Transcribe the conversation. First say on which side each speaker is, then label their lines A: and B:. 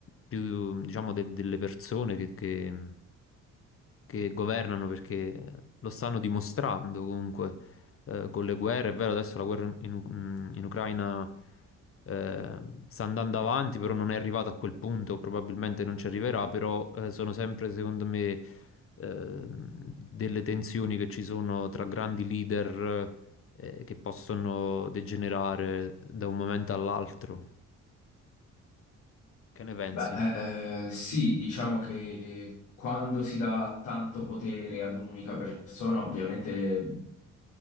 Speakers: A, on the left (about 45°); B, on the left (about 80°).
A: più, diciamo, de- delle persone che, che- che governano perché lo stanno dimostrando comunque eh, con le guerre. È vero, adesso la guerra in, U- mm, in Ucraina eh, sta andando avanti, però non è arrivata a quel punto, probabilmente non ci arriverà, però eh, sono sempre, secondo me eh, delle tensioni che ci sono tra grandi leader eh, che possono degenerare da un momento all'altro. Che ne pensi?
B: Beh, eh, sì, diciamo che quando si dà tanto potere ad un'unica persona, ovviamente